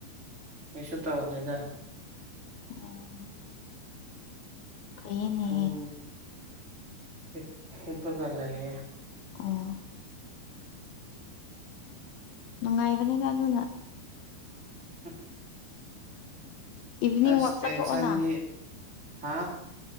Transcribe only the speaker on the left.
ꯑꯣ ꯐꯩꯌꯦꯅꯦ
ꯑꯣ ꯅꯨꯡꯉꯥꯏꯕꯅꯤꯗ ꯑꯗꯨꯅ
ꯏꯚꯤꯅꯤꯡ
ꯋꯥꯛ
ꯆꯠꯊꯣꯛꯑꯣꯅ